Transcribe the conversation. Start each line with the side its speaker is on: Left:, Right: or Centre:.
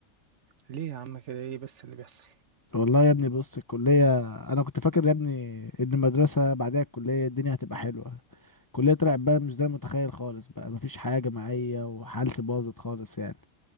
Right: ليه يا عم كده ايه بس اللي بيحصل
Left: والله يا ابني بص الكلية انا كنت فاكر يا ابني ان المدرسة بعدها الكلية الدنيا هتبقى حلوة الكلية طلعت بقى مش زي ما متخيل خالص بقى مفيش حاجة جماعية وحالتي باظت خالص يعني